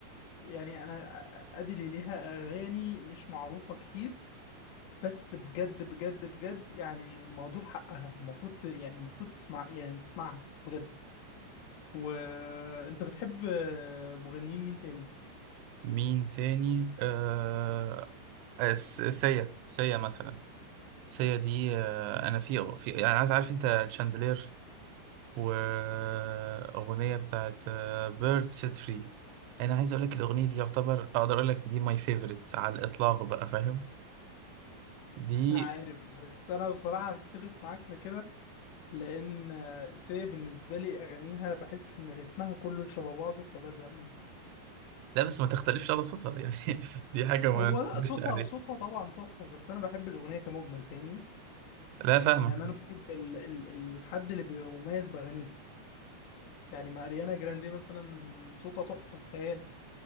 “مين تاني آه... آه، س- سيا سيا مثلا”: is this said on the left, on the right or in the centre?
Right